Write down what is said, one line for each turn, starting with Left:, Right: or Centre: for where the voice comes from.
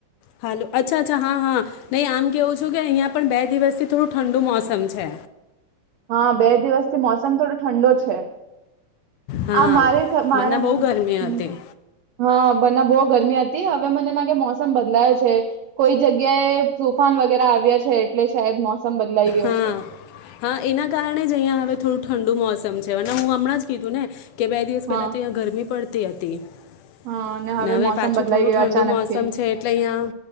Left: હ અચ્છા અચ્છા હા હા નહી આમ કેવું છું કે અહિયા પણ બે દિવસથી થોડું ઠંડુ મોસમ છે.
Right: હા બે દિવસથી મોસમ થોડો ઠંડો છે.
Left: હા
Right: આ મારે મારા
Left: મને બહુ ગરમી
Right: હમ્મ
Left: હતી
Right: હા બંને બહુ ગરમી હતી હવે મને લાગે મોસમ બદલાયો છે કોઈ જગ્યાએ તુફાન વગેરે આવ્યા છે એટલે શાયદ મોસ બદલાઈ ગયો
Left: હા
Right: છ
Left: હા એના કારણે જ અહિયાં હવે થોડું ઠંડુ મોસમ છે અને હું હમણાં જ કીધું ને કે બે દિવસ પહેલા
Right: હા
Left: તો ત્યા ગરમી પડતી <unintelligible>
Right: હા
Left: અને હવે
Right: મોસમ
Left: પાછું
Right: બદલાઈ
Left: થોડું
Right: ગયો
Left: ઠંડુ
Right: અચાનક
Left: મોસમ
Right: થી
Left: છે એટલે અહિયાં